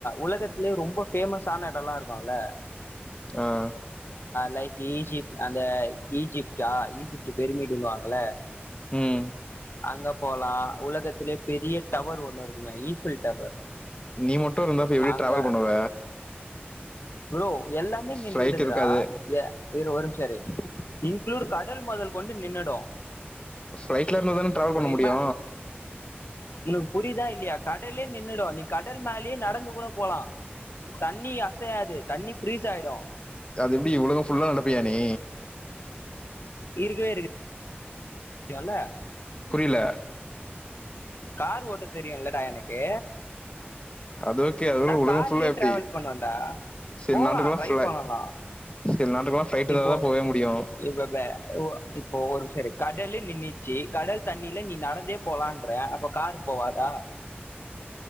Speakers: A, on the left; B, on the left.
A: உலகத் துலயே ரொம்ப ஃபேமஸான எடோல்லா இருக்குல்ல
B: ம்
A: லைக் ஈஜிப்ட் அந்த ஈஜிப்டா ஈஜிப்ட் பெருமிடுனுவங் அல
B: ம்
A: அங்க போலா உலகத்துலே பெரிய டவர் ஒண்ணு இருக்குமே ஈஃபில் டவர்
B: நீ மட்டு இருந்தா அப்போ எப்டி
A: அங்க
B: ட்ராவெல் பண்ணுவ
A: ப்ரோ எல்லாமே நின்னுடுதுரா
B: ஃப்ளைட் இருக்காது
A: ய இரு ஒரு நிமிஷ இரு இன்க்ளூட் க டல் முதல் கொண்டு நின்னுடு
B: சைட்ல இருந்துதான ட்ராவெல் பண்ண முடியு
A: இம உனக்கு புரியதா இல்லையா கடலே நின்னுடு நீ கடல் மேல ப்டியே நடந்து கூட போலா தண்ணி அசையாது தண்ணி ஃப்ரீஸ் ஆயிடும்
B: அது எப்புடி ஒழுங்கா ஃபுல்லா நடப்பியா நீ
A: இருக்கவே இருக்கு க்லால்ல
B: புரியில
A: கார் ஓட்ட தெரியுல்லடா எனக்கு
B: அது ஓகே அது
A: நா
B: உலகம்
A: கார்லே
B: ஃபுல்லா எப்டி
A: டிராவல் பண்ணுவேண்டா
B: சில
A: போலா
B: நாட்டுக்குல்லா
A: ட்ரை
B: ஃப்ளை
A: பண்ணலா
B: சில நாட்டுக்கெல்லா ஃப்ளைட் இருந்தா
A: இப்போ
B: தா தான் போவே முடியு
A: இப்போ ப உ இப்போ ஒரு சரி கடலு நின்னுச்சு கடல் தண்ணில நீ நடந்தே போலான்றே அப்போ காரு போவாதா